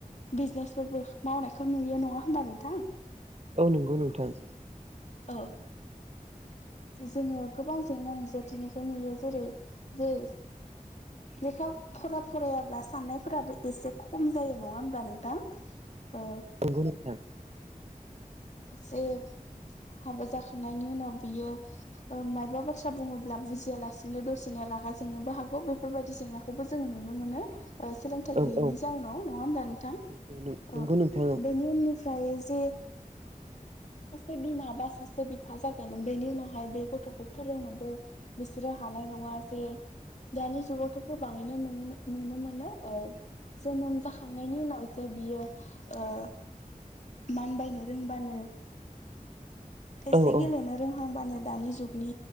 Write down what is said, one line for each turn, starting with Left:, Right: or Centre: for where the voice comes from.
Left: बिजनेसफोरबो मावनायखौ नुयो नङा होमबा नोंथां
Right: औ नंगौ नोंथां
Left: औ जोङो गोबां जेंना नुजाथिनायखौ नुयो जेरै जे लेखा फरा फरायाब्ला साननायफोराबो एसे खम जायो नङा होमब्ला नोंथां ओ
Right: नंगौ नोंथां
Left: जे हाबा जाखांनायनि उनाव बियो ओ मायबा बाथ्रा बुङोब्ला बुजियालासिनो दसेनो रागा जोंनोबो हागौ बेफोरबायदि जेंनाखौ खौबो जों नुनो मोनो ओ सोलों- थाइ
Right: औ
Left: गैयैनि
Right: औ
Left: जाउनाव नङा हब्ला नोंथां
Right: नंगौ
Left: ओ
Right: नोंथां
Left: बेनि उननिफ्राय जे सासे बिमा बा सासे बिफा जागोन बेनि उनावहाय बे गथ'खौ फोरोंनोबो बिसोरो हानाय नङा जे दानि जुगावथ' गोबाङैनो नुनो नुनो मोनो ओ जोनोम जाखांनायनि उनाव जे बियो ओ मानबायनो रोंबानो एसे
Right: औ
Left: गेलेनो
Right: औ
Left: रोंहांबानो दानि जुगनि